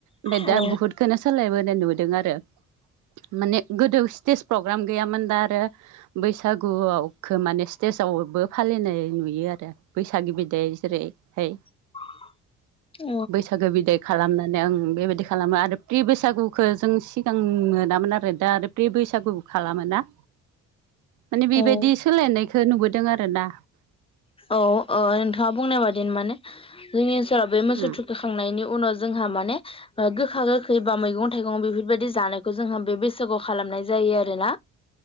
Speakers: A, on the right; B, on the left.
A: ओमफाय
B: औ
A: दा बुहुदखौनो सोलायबोनाय नुदों आरो माने गोदो स्टेज प्रग्राम गैयामोन दा आरो बैसागुआवखो माने स्टेजावबो फालिनाय नुयो आरो बैसागि बिदाय जेरैहाय
B: <inaudible> औ
A: बैसागो बिदाय खालामनानै ओं बेबायदि खालामो आरो प्रि बैसागुखो जों सि गां मोनामोन आरो दा बे प्रि बैसागुबो खालामोना। माने
B: औ
A: बेबायदि
B: ओ
A: सोलायनायखौ नुबोदों आरोना।
B: औ ओ नोंथाङा बुंनाय बादि माने जोंनि ओनसोलाव बे मोसौ
A: उम
B: थुखैखांनायनि उनाव जोंहा माने गोखा गोखै बा मैगं थाइगं बेफोरबायदि जानायखौ जोंहा बे बैसागोआव खालामनाय जा आरोना